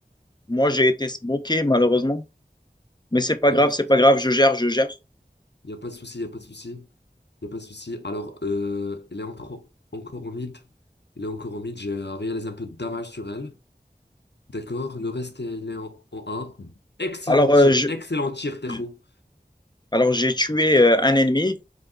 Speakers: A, on the left (about 25°); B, on the left (about 80°).
A: moi, j'ai été smoké, malheureusement. Mais c'est pas
B: Il
A: grave,
B: n'y a pas de
A: c'est
B: souci,
A: pas
B: il
A: grave.
B: y a pas de
A: Je
B: souci.
A: gère, je gère.
B: Il n'y a pas de souci, il n'y a pas de souci. Il n'y a pas de souci. Alors, euh, elle est encore, encore au mid. Il est encore au mid. J'ai euh, réalisé un peu de damage sur elle. D'accord. Le reste, euh, il est en, en 1. Excellent
A: Alors,
B: tir.
A: euh, je-
B: Excellent tir, Tejo.
A: je- alors j'ai tué euh, un ennemi